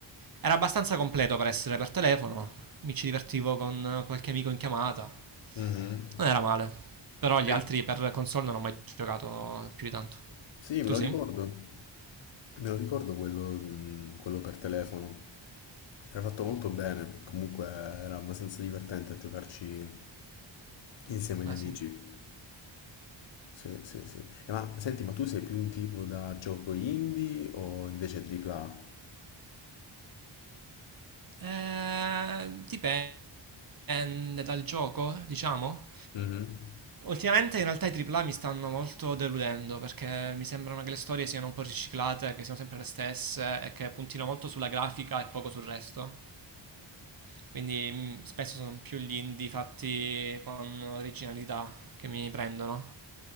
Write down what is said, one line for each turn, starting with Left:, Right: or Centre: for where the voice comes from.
Right: era abbastanza completo per essere per telefono, mi ci divertivo con qualche amico in chiamata,
Left: mhm.
Right: non era male, però gli
Left: Sì.
Right: altri per console non ho mai giocato più di tanto.
Left: Sì,
Right: Tu
Left: me lo
Right: sì?
Left: ricordo. Me lo ricordo quello, mm, quello per telefono. Era fatto molto bene, comunque era abbastanza divertente a giocarci insieme agli
Right: Eh
Left: amici.
Right: sì.
Left: Sì, sì, sì. Eh, ma senti, ma tu sei più un tipo da gioco indie o invece AAA?
Right: Eh, dipende dal gioco, diciamo.
Left: Mhm.
Right: Ultimamente in realtà i AAA mi stanno molto deludendo perché mi sembrano che le storie siano un po' riciclate, che siano sempre le stesse e che puntino molto sulla grafica e poco sul resto. Quindi mm, spesso sono più gli indie fatti con originalità che mi prendono,